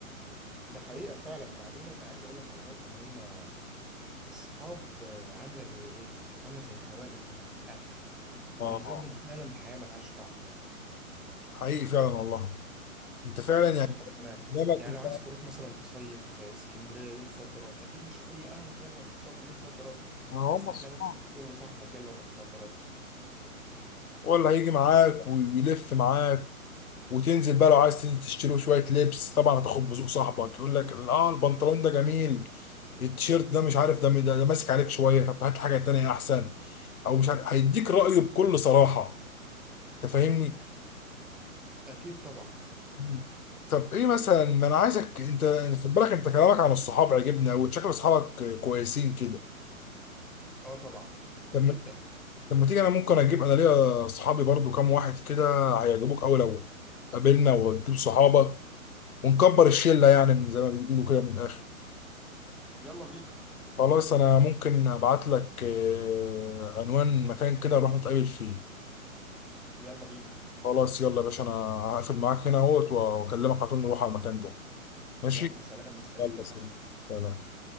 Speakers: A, in the centre; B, on the left.
A: ده حقيقه فعلا بعدين انا عايز اقول لك على نقطه مهمه الصحاب آه، عاملة زي إيه؟ عاملة زي التوابل بتاعة الأكل
B: اه
A: من غيرهم فعلا الحياة ملهاش طعم
B: حقيقي فعلا والله انت فعلا
A: صح
B: يعني
A: ولا أنا
B: قدامك
A: يعني
B: انت
A: لو عايز تروح مثلا تصيف آه، اسكندرية يوم صد رد أكيد مش هتقول لأهلك يلا نروح صد يوم صد رد
B: آه،
A: بس
B: هم الصحاب
A: هتلاقي نفسك بتقول لصاحبك يلا نروح صد رد
B: هو اللي هيجي معاك ويلف معاك وتنزل بقى لو عايز تنزل تشتري له شويه لبس طبعا هتاخد بذوق صاحبك يقول لك اه البنطلون ده جميل التيشيرت ده مش عارف ده ده, ده ماسك عليك شويه طب هات حاجه تانيه احسن او مش عارف هيديك رايه بكل صراحه انت فاهمني
A: أكيد طبعا
B: مم. طب ايه مثلا ما انا عايزك انت خد بالك انت كلامك عن الصحاب عجبني او شكل اصحابك كويسين كده
A: آه طبعا
B: لما
A: جدا
B: لما تيجي انا ممكن اجيب انا ليا صحابي برضو كام واحد كده هيعجبوك اوي لو قابلنا وتجيب صحابك ونكبر الشله يعني من زي ما بيقولوا كده من الاخر
A: يلا بينا
B: خلاص انا ممكن ابعت لك آه، عنوان مكان كده نروح نتقابل فيه
A: يلا بينا
B: خلاص يلا يا باشا انا هقفل معاك هنا اهوت واكلمك على طول نروح على المكان ده ماشي
A: يلا سلام مستنيك
B: يلا
A: يا صاحبي
B: سلام سلام.